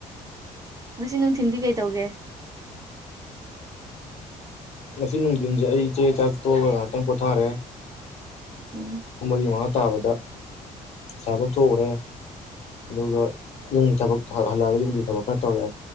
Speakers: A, on the right; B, on the left.
A: ꯉꯁꯤꯅꯨꯡꯊꯤꯟꯗꯤ ꯀꯩꯇꯧꯒꯦ
B: ꯉꯁꯤ ꯅꯨꯡꯊꯤꯟꯁꯦ ꯑꯩ ꯏꯆꯦ ꯆꯥꯛ ꯇꯣꯛꯑꯒ ꯉꯍꯥꯛꯇꯪ ꯄꯣꯊꯥꯔꯦ
A: ꯎꯝ
B: ꯄꯨꯡ ꯃꯔꯤ ꯃꯉꯥ ꯇꯥꯕꯗ ꯑꯁꯥꯕꯛ ꯊꯣꯛꯎꯔꯦ ꯑꯗꯨꯒ ꯌꯨꯝꯒꯤ ꯊꯕꯛ ꯍꯜꯂꯛꯑꯒ ꯌꯨꯝꯒꯤ ꯊꯕꯛ ꯈꯔ ꯇꯧꯔꯛꯑꯦ